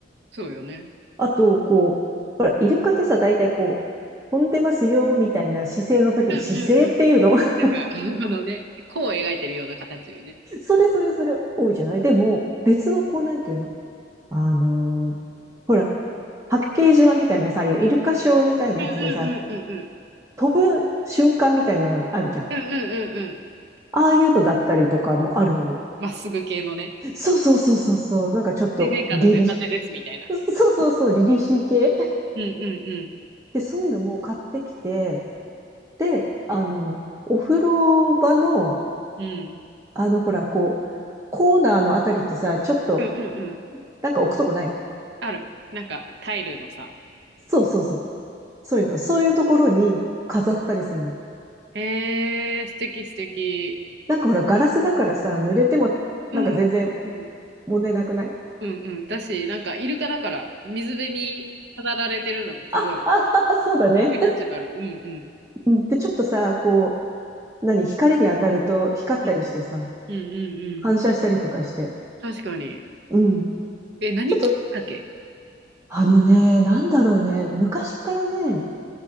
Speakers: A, on the right; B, on the right.
A: そうよね。
B: あと、こう、ほら、イルカってさ、大体こう、飛んでますよ、みたいな姿勢の時に、
A: うんうんうん。
B: 姿勢っていうの <laughs>
A: なんか、<laughs> このね、弧を描いてるような形よね。
B: それそれそれ多いじゃないでも、別のこう、なんていうのあのーほら、八景島みたいなさ、ああいうイルカショーみたいなやつでさ、
A: うんうんうんうんうん。
B: 飛ぶ瞬間みたいなのあるじゃん。
A: うんうんうんうん。
B: ああいうのだったりとかもあるのよ。
A: まっすぐ系のね。
B: そうそうそうそうそう。なんかちょっと、
A: 水面下の出たてですみたいな。
B: 凛々そうそうそう、リリシー系。
A: うんうん
B: で、そういうのも買ってきて、で、あの、お風呂場の、
A: うん。うん。
B: あの、ほら、こう、コーナーのあたりってさ、ちょっと、
A: うんうんうん。
B: なんか置くとこない
A: ある。なんかタイルのさ。
B: そうそうそう。そういうの。そういうところに飾ったりするの。
A: へえ、素敵素敵。
B: なんかほら、ガラスだからさ、濡れても、
A: うんうんうん。
B: なんか全然問題なくない
A: うんうん。だし、なんかイルカだから水辺に飾られてるのがすごい。
B: あ、あ、<laughs> そうだね。
A: すごいナチュラル。うんうん。
B: うん。で、ちょっとさ、こう、何、光に当たると光ったりしてさ、
A: うんうんう
B: 反射したりとかして。
A: んうん。確かに。
B: うん。
A: え、何きっかけ
B: ちょっとあのね、なんだろうね。昔からね、